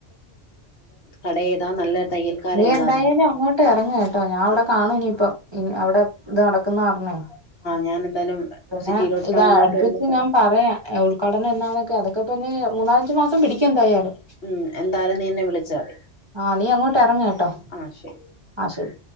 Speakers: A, on the left; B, on the right.
A: കട ഏതാ നല്ല തയ്യൽക്കാര
B: നീ
A: ഏതാന്ന്
B: എന്തായാലും അങ്ങോട്ട് ട്ടെറങ്ങ് കേട്ടോ ഞാൻ അവിടെ കാണും ഇനിയിപ്പം ഉം അവിടെ ഇത് നടക്കുന്ന കാരണെ ആഹ്
A: ഞാൻ എന്തായാലും
B: പിന്നെ
A: സിറ്റിയിലോട്ട്
B: ഇതടുപ്പിച്ച്
A: ടൗണിലോട്ട് വരുമ്പോ
B: ഞാൻ പറയാം ഏഹ് ഉൽഘാടനം എന്നാന്നൊക്കെ അതൊക്കെ ഇപ്പം എനി മൂന്നാലഞ്ചു മാസം പിടിക്കും എന്തായാലും.
A: ഉം എന്തായാലും നീ എന്നെ വിളിച്ചാ മതി
B: ആഹ് നീ അങ്ങോട്ട് എറങ്ങ് കേട്ടോ
A: ആഹ് ശരി
B: ആഹ് ശെരി